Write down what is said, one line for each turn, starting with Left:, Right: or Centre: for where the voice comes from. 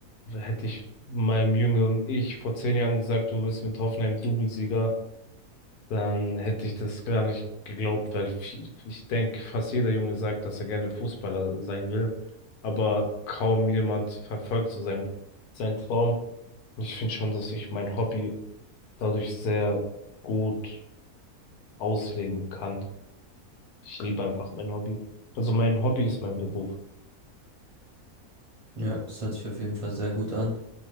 Left: hätte ich meinem jüngeren Ich vor zehn Jahren gesagt, du wirst mit Hoffenheim Double-Sieger, dann hätte ich das gar nicht geglaubt, weil viel- ich denke, fast jeder Junge sagt, dass er gerne Fußballer sein will, aber kaum jemand verfolgt so seinen, seinen Traum. Und ich finde schon, dass ich mein Hobby dadurch sehr gut ausleben kann. Ich liebe einfach mein Hobby. Also mein Hobby ist mein Beruf.
Right: Ja, das hört sich auf jeden Fall sehr gut an.